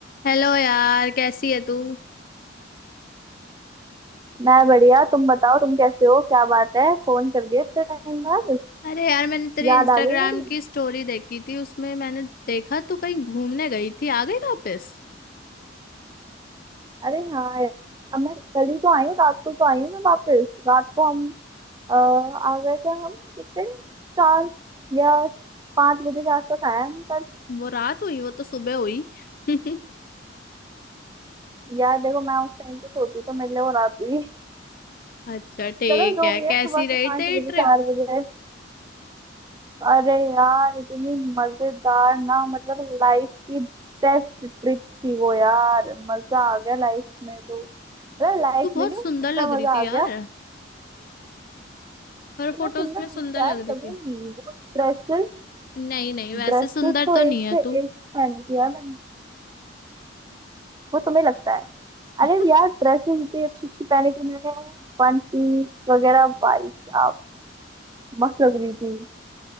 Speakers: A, on the left; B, on the right.
A: Hello यार कैसी है तू
B: मैं बढ़िया तुम बताओ तुम कैसे हो क्या बात है फोन कर दिया इतने टाइम बाद
A: अरे यार मैंने तेरे
B: याद
A: इंस्टाग्राम
B: आ गई मेरी
A: की स्टोरी देखी थी उसमें मैंने देखा तू कहीं घूमने गई थी आ गई वापस
B: अरे हाँ यार अब मैं कल ही तो आई हूँ रात को ही तो आई हूँ मैं वापस रात को हम अ, आ गए थे हम कितने चार या पाँच बजे के आसपास आए हम पर
A: वो रात हुई वो तो सुबह हुई <laughs>
B: यार देखो मैं उस टाइम पे सोती तो मेरे लिए वो रात हुई
A: अच्छा ठीक
B: चलो जो
A: है
B: भी है
A: कैसी
B: सुबह के
A: रही
B: पाँच
A: तेरी
B: बजे
A: ट्रिप
B: चार बजे अरे यार इतनी मजेदार ना मतलब लाइफ की बेस्ट ट्रिप थी वो यार मजा आ गया लाइफ में तो अरे लाइफ
A: तू बहुत
B: में नहीं
A: सुंदर
B: उस ट्रिप
A: लग
B: में
A: रही
B: मजा
A: थी
B: आ
A: यार
B: गया
A: हर
B: तो
A: फोटोज
B: मैं सुंदर
A: में सुंदर
B: हूँ यार
A: लग
B: मैं
A: रही थी
B: लगूंगी वो ड्रेसेस
A: नहीं नहीं वैसे
B: ड्रेसेस
A: सुंदर
B: तो
A: तो
B: एक
A: नहीं है
B: से
A: तू
B: एक पहनी थी यार मैंने वो तुम्हें लगता है अरे
A: <laughs>
B: यार ड्रेसेस इतनी अच्छी अच्छी पहनी थी मैंने वन पीस वगैरह भाई साहब मस्त लग रही थी